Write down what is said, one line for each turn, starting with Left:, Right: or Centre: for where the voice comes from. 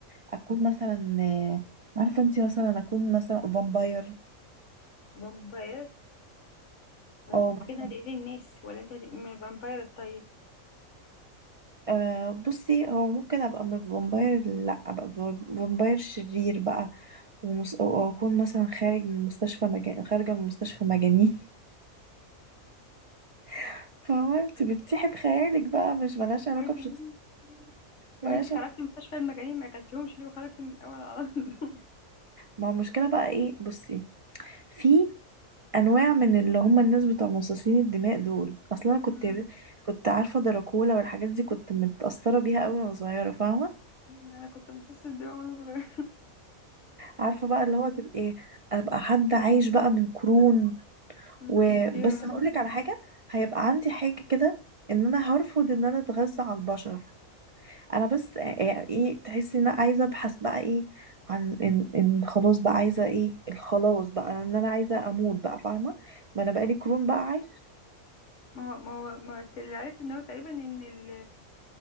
Right: اكون مثلا آه، عارفه انت مثلا اكون مثلا فامباير
Left: فامباير بس
Right: او
Left: انت
Right: مثلا
Left: كده هتقتلي الناس ولا انت هتبقي من الفامباير الطيب
Right: آه بصي هو ممكن ابقى م- فامباير لا ابقى ف- فامباير شرير بقى ومس... واكون مثلا خارج من مستشفى مجان... خارجه من مستشفى مجانين <laughs> فهو انت بتسيحي بخيالك بقى مش ملهاش علاقه
Left: وانت
Right: بشخص
Left: مين؟
Right: ملهاش
Left: طب انت خرجتي من مستشفى المجانين ما اكلتيهمش ليه وخرجتي من الاول على طول
Right: ما هو المشكلة بقى ايه بصي في انواع من اللي هم الناس بتوع مصاصين الدماء دول اصلا
Left: <laughs>
Right: انا كنت كنت عارفة دراكولا والحاجات دي كنت متأثرة بيها قوي وانا صغيرة فاهمة
Left: انا كنت امتصاص الدماء وانا صغيره
Right: عارفة بقى اللي هو تبقى ايه، ابقى حد عايش بقى من قرون
Left: مم.
Right: وبس
Left: ايوه
Right: هقولك على حاجة هيبقى عندي حاجة كده ان انا هرفض ان انا اتغذى على البشر انا بس ايه إيه، تحسي ان انا عايزة ابحث بقى ايه عن ان ان خلاص بقى عايزة ايه الخلاص بقى ان انا عايزة اموت بقى فاهمة ما انا بقالي قرون بقى
Left: ما هو ما هو ما هو اللي عرفت ان هو تقريبا ان ال